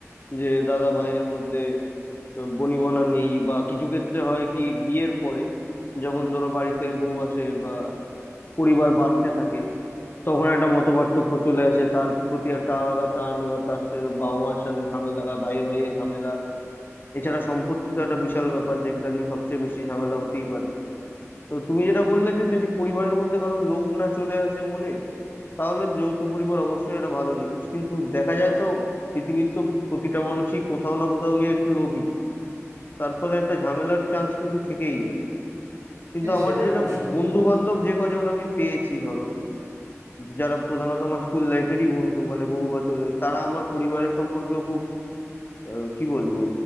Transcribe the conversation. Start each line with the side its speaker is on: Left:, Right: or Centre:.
Left: যে দাদা ভাইয়ের মধ্যে আহ, বনিবনা নেই বা কিছু ক্ষেত্রে হয় কি বিয়ের পরে যখন ধরো বাড়িতে বউ আসে বা পরিবার বাড়তে থাকে তখন একটা মতপার্থক্য চলে আসে তার প্রতি একটা আলাদা টান এবার তার সাথে বাবা মার সাথে ঝামেলা ভাইয়ে ভাইয়ে ঝামেলা এছাড়া সম্পত্তি তো একটা বিশাল ব্যাপার যেটা নিয়ে সবচেয়ে বেশি ঝামেলা হতেই পারে তো তুমি যেটা বললে যে যদি পরিবারের মধ্যে কারো লোভ না চলে আসে মনে তাহলে যৌথ পরিবার অবশ্যই একটা ভালো জিনিস কিন্তু দেখা যায় তো পৃথিবীর তো প্রতিটা মানুষই কোথাও না কোথাও গিয়ে একটু লোভী তার ফলে একটা ঝামেলার চান্স কিন্তু থেকেই যায় কিন্তু
Right: হ্যাঁ
Left: আমার
Right: সেটা
Left: যেটা
Right: অবশ্যই
Left: বন্ধু বান্ধব যে কজন আমি পেয়েছি ধরো যারা প্রধানত আমার স্কুল লাইফেরই বন্ধু মানে বহু বছরের তারা আমার পরিবারের সম্পর্কেও খুব আহ, কি বলবো